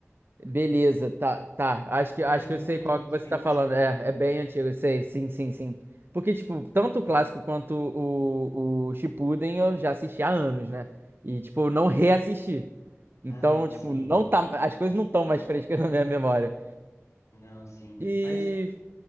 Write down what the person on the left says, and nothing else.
Faz muito,
muito
tempo
que você viu,
né?
Ah, não,
sim.
Não, sim.
Mas